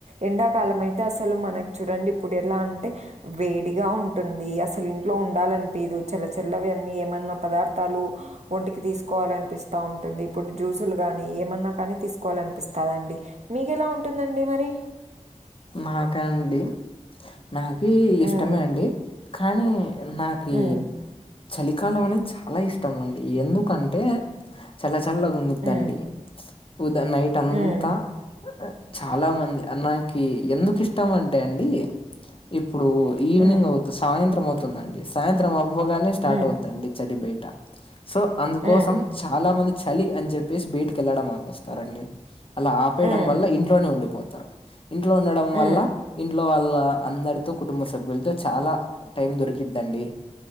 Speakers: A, on the right; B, on the left.
A: ఎండాకాలం అయితే అసలు మనకు చూడండి ఇప్పుడు ఎలా అంటే వేడిగా ఉంటుంది అసలు ఇ లో ఉండాలనిపీదు చల్లచల్లవన్నీ ఏమన్నా పదార్థాలు ఒంటికి తీసుకోవాలనిపిస్తూ ఉంటుంది ఇప్పుడు జ్యూసులు కానీ ఏమన్నా కానీ తీసుకోవాలని పిస్తాదండి మీకేలా ఉంటుందండి మరి
B: నాకండి నాకి
A: హ్మ్.
B: ఇష్టమే అండి కానీ నాకు కీ
A: హ్మ్.
B: చలికాలం అనేది చాలా ఇష్టం అండి ఎందుకంటే చల్ల చల్ గున్నిద్దండి
A: హ్మ్.
B: ఉద నైట్ అంతా
A: హ్మ్.
B: ఉఊ చాలామంది అమ్మాయికి ఎందుకు ఇష్టం అంటే అండి ఇప్పుడు ఈవినింగ్
A: హ్మ్.
B: అవుద్ది సాయంత్రం అవుతుందండి సాయంత్రం అవ్వగానే స్టార్ట్
A: హ్మ్.
B: అవుద్దండి చెలి బయట సో అందుకోసం
A: హ్మ్. హ్మ్.
B: చాలా మంది చలి అని చెప్పేసి బైటికెళ్ళడం ఆపేస్తారండి అలా ఆపేయడం
A: హ్మ్.
B: వల్ల ఇంట్లోనే ఉండిపోతారు ఇంట్లో ఉండడం
A: హ్మ్.
B: వల్ల ఇంట్లో వాళ్ళ అందరితో కుటుంబ సభ్యులతో చాలా టైం దొరికిద్దండి